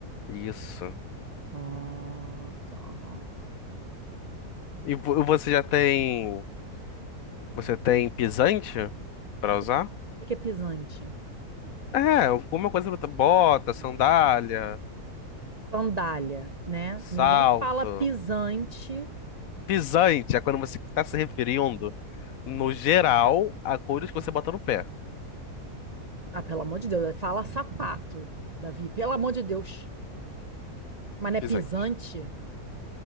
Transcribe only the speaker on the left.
Isso.
E vo- você já tem. Você tem pisante pra
usar?
É, alguma coisa. Bota, sandália,
salto.
Pisante é quando você está se referindo, no geral, a coisas que você bota no pé.
Pisante.